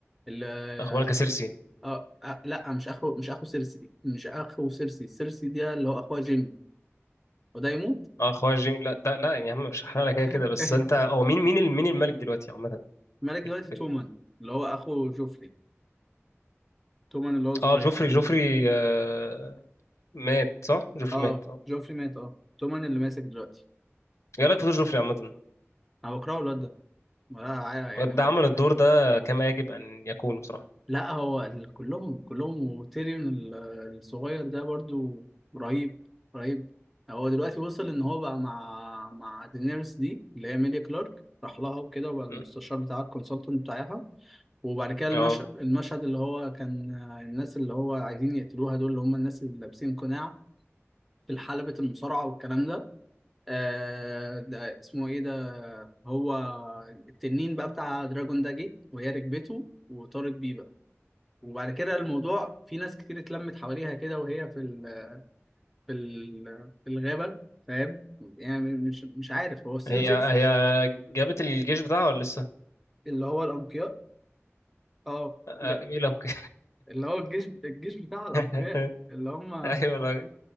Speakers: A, in the centre; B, on the left.
A: اللي...
B: اخبارك يا سيرسي
A: آه... آه... لا مش اخو مش اخو سيرسي مش اخو سيرسي سيرسي دي اللي هو اخوها جيمي وده يموت
B: اه اخويا جيم لا ده لا يا عم مش هحرق لك كده كده
A: <laughs>
B: بس انت هو مين مين ال- مين الملك دلوقتي عامه
A: الملك
B: في
A: دلوقتي
B: ال- في
A: تومان
B: ال-
A: اللي هو اخو جوفري تومان اللي هو صغير
B: اه جوفري جوفري آه، مات صح جوفري
A: اه
B: مات اه
A: جوفري مات اه تومان اللي ماسك دلوقتي
B: ايه رايك في دور جوفري عامه
A: انا بكرهه الواد ده ولا يعني
B: ده عمل الدور ده كما يجب أن يكون بصراحة
A: لا هو ال- كلهم كلهم وتيريون ال- الصغير ده برضو رهيب رهيب هو دلوقتي وصل ان هو بقى مع مع دينيرس دي اللي هي ميليا كلارك راح لها وكده وبقى المستشار
B: م.
A: بتاعها الكونسلتنت بتاعها وبعد كده المش...
B: اه
A: المشهد اللي هو كان آه، الناس اللي هو عايزين يقتلوها دول اللي هم الناس اللي لابسين قناع في حلبة المصارعة والكلام ده آه ده اسمه ايه ده هو التنين بقى بتاع دراجون ده جه وهي ركبته وطارت بيه بقى وبعد كده الموضوع في ناس كتير اتلمت حواليها كده وهي في ال في ال في الغابة فاهم يعني مش مش عارف هو سيزون
B: هي
A: 6
B: هي جابت الجيش بتاعها ولا لسه؟
A: اللي هو الأنقياء اه
B: آه،
A: ج-
B: آه، ايه لو ك-
A: اللي هو الجيش الجيش بتاع الأنقياء
B: <laughs>
A: اللي هم
B: ايوه لا